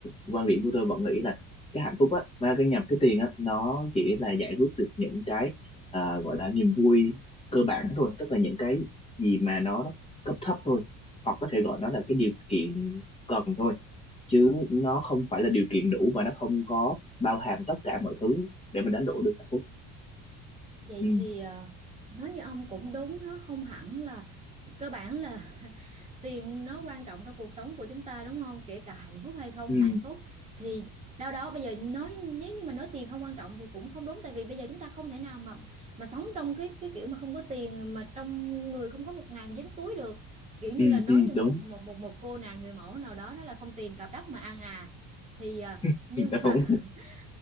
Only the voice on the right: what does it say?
Vậy
thì ờ, nói như ông cũng đúng nó không hẳn là cơ bản là <laughs> tiền nó quan trọng trong cuộc sống của chúng ta đúng không? Kể cả hạnh phúc hay không
hạnh phúc thì đâu đó bây giờ nói nếu như mà nói tiền không quan trọng thì cũng không đúng tại vì bây giờ chúng ta không thể nào mà mà sống trong cái cái kiểu mà không có tiền mà trong người không có một ngàn dính túi được kiểu như
là nói
như một
một một một cô nàng người mẫu nào đó đó là không tiền cặp đất mà ăn à thì ờ,
nhưng mà
<laughs>